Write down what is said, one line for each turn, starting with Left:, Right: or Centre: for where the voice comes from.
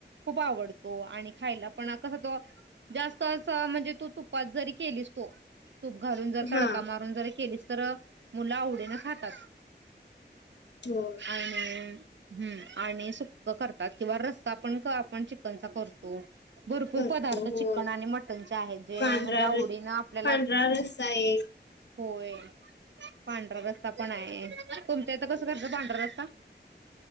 Right: खूप आवडतो आणि खायला पण कस तो जास्त अस म्हणजे तू तुपात जरी केलीस तो तूप घालून जर तडका
Left: हा
Right: मारून जरी केलीस तर मुलं आवडीन खातात
Left: हो
Right: आणिन हम्म आणि सुक करतात किंवा रस्सा पण आपण चिकनचा करतो भरपूर
Left: करतो
Right: पदार्थ
Left: होय
Right: चिकन आणि मटनचे आहेत जे
Left: पांढरा
Right: म्हणजे आवडीनं
Left: रस
Right: आपल्याला
Left: पांढरा रस्सा एक
Right: होय पांढरा रस्ता पण आहे तुमच्या इथं कसं करचं पांढरा रस्ता